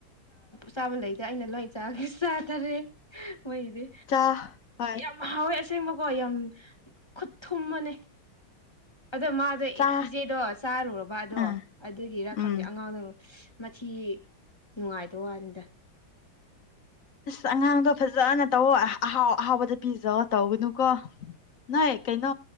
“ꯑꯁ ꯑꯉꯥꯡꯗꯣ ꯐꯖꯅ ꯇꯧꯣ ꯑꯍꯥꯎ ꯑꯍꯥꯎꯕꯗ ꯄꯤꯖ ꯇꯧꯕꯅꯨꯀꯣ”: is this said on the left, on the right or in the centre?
Left